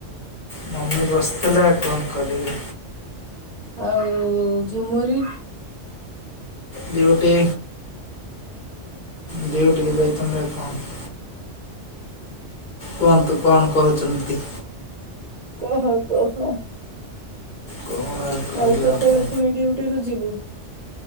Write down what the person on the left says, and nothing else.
ମମି ବସିଥିଲେ ଆଉ କଣ କରିବେ।
ଡ୍ୟୁଟି। ଡ୍ୟୁଟି
କୁ ଯାଇଥିଲି
ଆଉ କଣ। କୁହନ୍ତୁ କଣ କହୁଛନ୍ତି କି?
କ'ଣ କହିବା
ଆପଣ